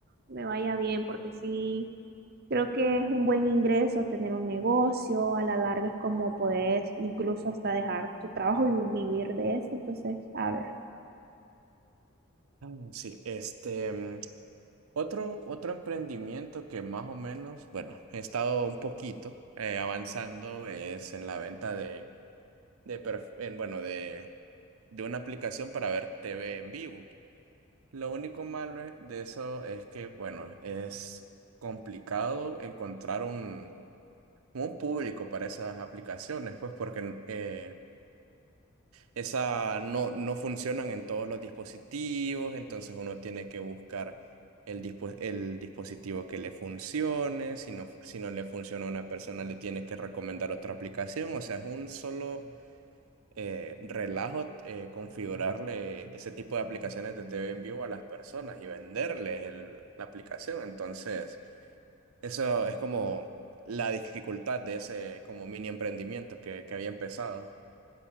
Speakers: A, on the right; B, on the right.
A: me vaya bien, porque sí, creo que es un buen ingreso tener un negocio, a la larga es como puedes incluso hasta dejar tu trabajo y vivir de eso, entonces, a ver.
B: Ah, Sí, este. mm, Otro, otro emprendimiento que más o menos, bueno, he estado un poquito eh, avanzando es en la venta de, de perf- en, bueno, de, de una aplicación para ver TV en vivo. Lo único malo e- de eso es que, bueno, es complicado encontrar un, un público para esas aplicaciones, pues porque eh, esa no, no funcionan en todos los dispositivos, entonces uno tiene que buscar el, dispo- el dispositivo que le funcione. Si no, si no le funciona a una persona, le tiene que recomendar otra aplicación. O sea, es un solo eh, relajo eh, configurarle ese tipo de aplicaciones de TV en vivo a las personas y venderles el- la aplicación. Entonces, eso es como la dificultad de ese como mini emprendimiento que, que había empezado.